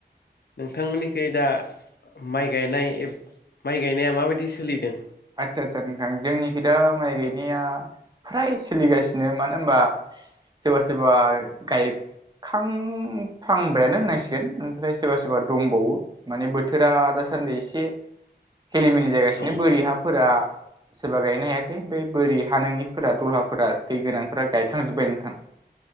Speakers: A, on the left; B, on the right.
A: नोंथांमोननिखै दा माइ गायनाय माइ गायनाया माबायदि सोलिदों
B: आदसा आदसा नोंथां जोंनिखि दा माइ गायनाया फ्राय सोलिगासिनो मानो होनबा सोरबा सोरबा गाय खां हांबायनो होनांसिगोन ओमफ्राय सोरबा-सोरबा दंबावो माने बोथोरा <unintelligible> दासान्दि एसे खेलिमेलि जागासिनो
A: औ
B: बोरि हाफोरा सोरबा गायनो हाया बे बोरि हा नोंइफोरा दलहाफोरा दै गोनांफोरा गायखांजोबबाय नोंथां